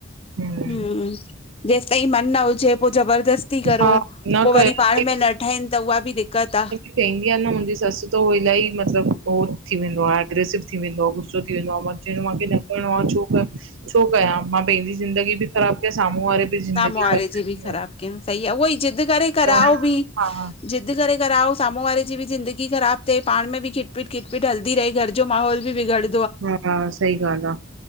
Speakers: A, on the right; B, on the left.
A: हम्म
B: हूं जेसि ताईं मन न हु जे पो जबरदस्ती करो
A: हा न
B: पो
A: कयो
B: वरी पाण में न ठहिनि त उहा बि दिक़त आ
A: चंदीआ न मुंहिंजी सस तो इलाही मतिलबु उह थीें वेंदो आ, एग्रेसिव थी वेंदो आ, गुसो थी वेंदो आहे छो कयां मां पंहिंजी ज़िंदगी बि ख़राब कयां साम्हूं वारे त ज़िंदगी
B: साम्हूं वारे
A: भर
B: जी बि ख़राब कयनि, सही आ उहो ई ज़िद करे कराओ
A: न
B: बि
A: हा हा
B: ज़ि जिद करे कराओ, साम्हूं वारे जी बि ज़िंदगी ख़राब थे पाण में बि खिटपीट-खिटपीट हलदी रहे, घर जो माहौल बि बिगड़
A: हा सही ॻाल्हि आ